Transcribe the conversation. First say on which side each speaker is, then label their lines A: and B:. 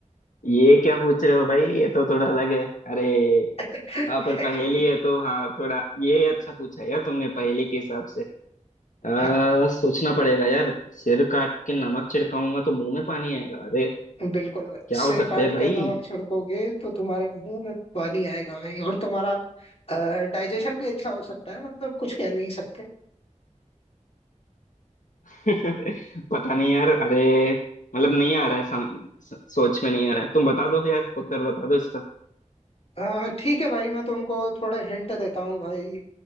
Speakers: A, on the left; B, on the left.
A: ये क्या पूछ रहे हो भाई ये तो थोड़ा अलग है अरे
B: <laughs>
A: हाँ पर पहेली है तो हाँ थोड़ा ये अच्छा पूछा यार तुमने पहेली के हिसाब से
B: हाँ
A: आ, सोचना पड़ेगा यार सिर काट के नमक छिड़काऊंगा तो मुंह में पानी आएगा अरे
B: बिल्कुल भाई
A: क्या
B: सिर
A: हो सकता
B: काट
A: है भाई
B: के नमक छिड़कोगे तो तुम्हारे मुंह में पानी आएगा भाई और तुम्हारा डाइजेशन भी अच्छा हो सकता है मतलब कुछ कह नहीं सकते
A: <laughs> पता नहीं यार अरे मतलब नहीं आ रहा है सम, स, सोच में नहीं आ रहा है तुम बता दो यार उत्तर बता दो इसका
B: अ, ठीक है भाई मैं तुमको थोड़े हिंट देता हूँ भाई